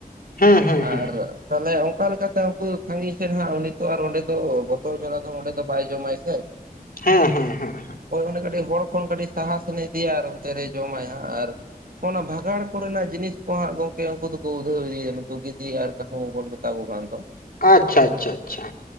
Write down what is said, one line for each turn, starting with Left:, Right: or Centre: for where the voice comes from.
Left: ᱦᱮᱸ ᱦᱮᱸ ᱦᱮᱸ
Right: ᱟᱨ ᱛᱟᱞᱮ ᱚᱝᱠᱟ ᱞᱮᱠᱟ ᱛᱮ ᱩᱝᱠᱩ ᱫᱚ ᱥᱟᱸᱜᱤᱧ ᱥᱮᱱ ᱦᱟᱸᱜ ᱩᱱᱤ ᱛᱚ ᱟᱨ ᱚᱸᱰᱮ ᱫᱚ ᱵᱚᱛᱚᱨ ᱡᱟᱞᱟ ᱫᱚ ᱚᱸᱰᱮ ᱫᱚ ᱵᱟᱭ ᱡᱚᱢᱟᱭ ᱥᱮ᱾
Left: ᱦᱮᱸ, ᱦᱮᱸ, ᱦᱮᱸ, ᱦᱮᱸ᱾
Right: ᱳᱭ ᱚᱱᱮ ᱠᱟᱴᱤᱡ ᱦᱚᱲ ᱠᱚᱱ ᱠᱟᱴᱤᱡ ᱥᱟᱦᱟ ᱥᱮᱱᱮ ᱤᱫᱤᱭᱟ ᱟᱨ ᱚᱱᱛᱮ ᱨᱮᱭ ᱡᱚᱢᱟᱭ ᱦᱟᱸᱜ ᱟᱨ ᱚᱱᱟ ᱵᱷᱟᱜᱟᱲ ᱠᱚ ᱨᱮᱱᱟᱜ ᱡᱤᱱᱤᱥ ᱠᱚ ᱦᱟᱸᱜ ᱜᱚᱝᱠᱮ ᱩᱝᱠᱩ ᱫᱚᱠᱚ ᱩᱫᱷᱟᱹᱣ ᱤᱫᱤᱭᱤᱭᱫᱟ᱾ ᱱᱩᱠᱩ ᱜᱤᱫᱤ ᱟᱨ ᱠᱟᱦᱩᱸ ᱵᱚᱱ ᱢᱮ ᱛᱟ ᱠᱚ ᱠᱷᱟᱱ ᱛᱚ᱾
Left: ᱟᱪᱪᱷᱟ, ᱪᱷᱟ-ᱪᱷᱟ᱾